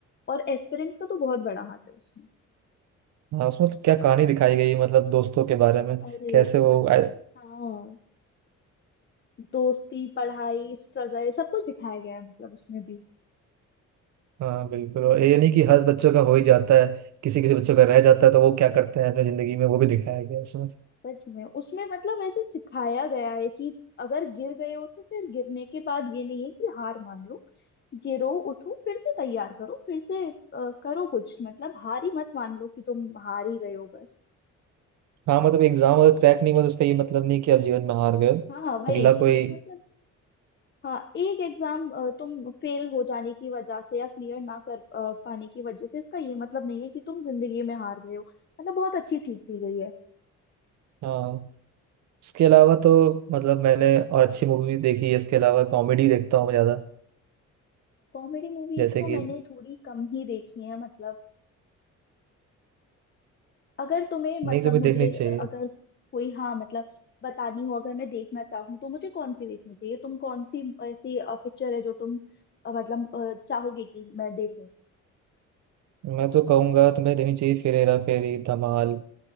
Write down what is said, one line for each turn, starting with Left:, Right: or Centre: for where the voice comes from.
Left: और एस्पिरेंट्स का तो बहुत बड़ा हाथ है उसमें
Right: हाँ उसमें तो क्या कहानी दिखाई गई है, मतलब दोस्तों के बारे में
Left: अरे
Right: कैसे वो
Left: मतलब
Right: आ,
Left: हाँ दोस्ती पढ़ाई स्ट्रगल सब कुछ दिखाया गया है मतलब उसमें भी
Right: हाँ बिल्कुल और ये नहीं कि हर बच्चों का हो ही जाता है किसी किसी बच्चों का रह जाता है तो वो क्या करते हैं अपनी जिंदगी में वो भी दिखाया गया है उसमें
Left: सच में उसमें मतलब ऐसे सिखाया गया है कि अगर गिर गए हो तो फिर गिरने के बाद ये नहीं है कि हार मान लो गिरो उठो फिर से तैयार करो फिर से अ, करो कुछ मतलब हार ही मत मान लो कि तुम हार ही गए हो बस
Right: हाँ मतलब एग्जाम अगर क्रैक नहीं हुआ तो उसका ये मतलब नहीं कि आप जीवन में हार गए हो।
Left: हाँ वही
Right: अगला
Left: कि
Right: कोई
Left: मतलब हाँ एक एग्जाम तुम फेल हो जाने की वजह से या क्लियर ना कर अ, पाने की वजह से इसका ये मतलब नहीं है कि तुम जिंदगी में हार गए हो मतलब बहुत अच्छी सीख दी गई है
Right: हाँ इसके अलावा तो मतलब मैंने और अच्छी मूवी भी देखी है इसके अलावा कॉमेडी देखता हूँ मैं ज़्यादा
Left: कॉमेडी मूवीज
Right: जैसे
Left: तो
Right: कि
Left: मैंने थोड़ी कम ही देखी है मतलब अगर तुम्हें मतलब
Right: नहीं तुम्हें
Left: मुझे
Right: देखनी चाहिए
Left: अगर कोई हाँ मतलब बतानी हो अगर मैं देखना चाहूँ तो मुझे कौन सी देखनी चाहिए तुम कौन सी ऐसी पिक्चर है जो तुम अ, मतलब अ, चाहोगे कि मैं देखूं
Right: मैं तो कहूँगा तुम्हें देखनी चाहिए फिर हेरा फेरी धमाल